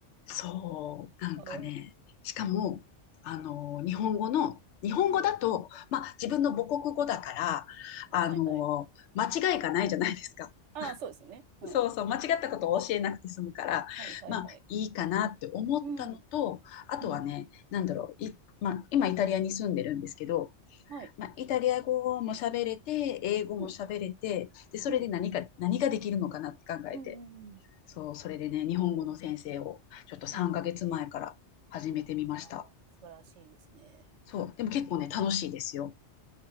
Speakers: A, on the left; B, on the right.
A: そう、なんかね、
B: ああ。
A: しかも、
B: うん
A: あの、日本語の、日本語だと、
B: はい。
A: まあ、自分の母国語だから、
B: はいはいはい。
A: あの、間違いがないじゃないですか。
B: ああ、そうですね。うん。
A: そうそう、間違ったことを教えなくて済むから、
B: はいはいはい。
A: まあ、いいかなって思ったのと、
B: うん。
A: あとはね、
B: うん。
A: なんだろう、い、まあ、今イタリアに住んでるんですけど、
B: はい。
A: まあ、イタリア語も喋れて、英語も喋れて、
B: うん。
A: で、それで何か、
B: うん。
A: 何ができるのかなって考えて、
B: うんうん
A: そう、それでね、日本語の先生をちょっと3ヶ月前から始めてみました。
B: うん。うん。ああ、素晴らしいですね。
A: そう、でも結構ね、楽しいですよ。